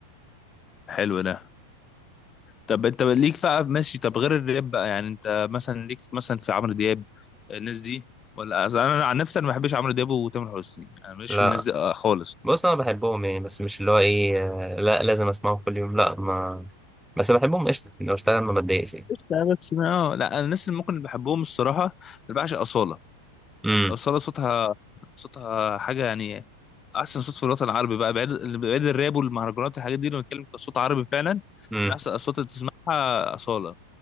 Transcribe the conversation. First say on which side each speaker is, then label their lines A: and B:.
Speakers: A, on the left; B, in the centre.
A: حلو ده طب انت ليك بقى ماشي طب غير الراب بقى يعني انت مثلا ليك في- مثلا في عمرو دياب الناس دي ولا أصل انا عن نفسي انا ما بحبش عمرو دياب وتامر حسني انا ماليش
B: لا
A: في الناس دي آه، خالص
B: بص انا بحبهم يعني بس مش اللي هو ايه آه، لا لازم اسمعه كل يوم لا ما بس بحبهم قشطة يعني، لو اشتغل ما بتضايقش يعني.
A: بس بس ما لا انا الناس اللي ممكن اللي بحبهم الصراحه اللي بعشق اصاله
B: امم
A: اصاله صوتها صوتها حاجه يعني احسن صوت في الوطن العربي بقى بعيد بعيد الراب والمهرجانات الحاجات دي لما بنتكلم كصوت عربي فعلا
B: امم
A: من احسن الاصوات اللي تسمعها اصاله